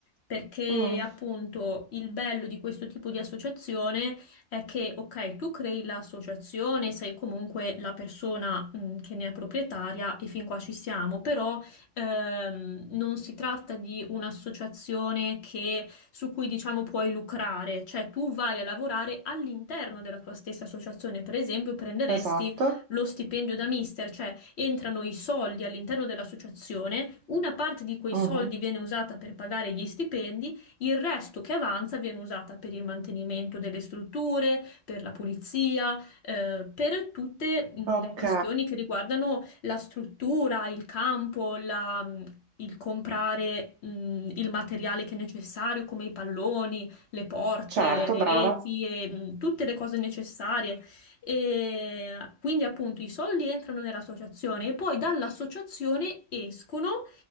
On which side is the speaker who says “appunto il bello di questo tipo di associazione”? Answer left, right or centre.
Left